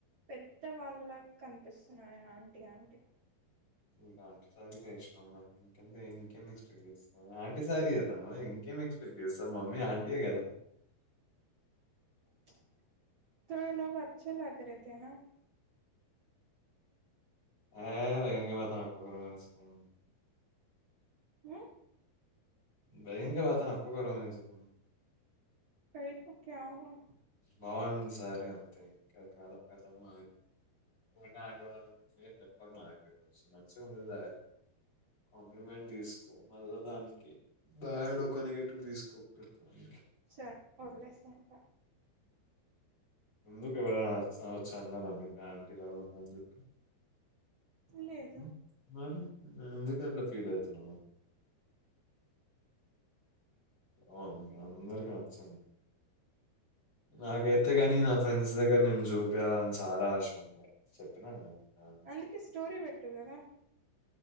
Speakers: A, on the right; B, on the left.
A: పెద్ద వాళ్ళలాగా కనిపిస్తున్నా ఆంటీ ఆంటీ
B: ఇంకా సరిగా చేస్నవ్ మరి అంతే ఇంకేం ఎక్స్పెక్ట్ చేస్తా ఆంటంటి సార తను ఇంకేం ఎక్స్పెక్ట్ చేస్తా మమ్మీ. అంతే కదా
A: ప్చ్ త లోగ్ అచ్చచ్చే లగ్రీ తే నా
B: ఆ వేగంగా మాత నకు మ
A: ఊ
B: బైయంకే <unintelligible>
A: కైకు క్యా హువా
B: బావుంది సారి అంతే <inaudible> నాంటి వాళ్ళ ఏం చెప్పక నాకు మంచిగుందిచి సారి కాంప్లిమెంట్ తీసుకో మళ్ళా దానికి బ్యాడ్ ఒక నెగటివ్ తీసుకోకు ప్రతిదనికి
A: సార్ ఒదిలేస్తా ఇంకా
B: ఎందుకు ఎవరైన వచ్ వచ్చి అన్నారా మికు ఆంటీలాగా ఉందని చెప్పి
A: లేదు
B: మ్ మారి ఎందుకట్ల ఫీలైతున్నవ్ బవుంది అందరికి నచ్చింది. నాకైతే
A: ఉమ్.
B: గానీ నా ఫ్రెండ్స్ దగ్గర నిన్ జూపియాలని చాలా ఆశ ఉంది చెప్పినా గా నికు
A: అందుకే స్టోరి పెట్టు గదా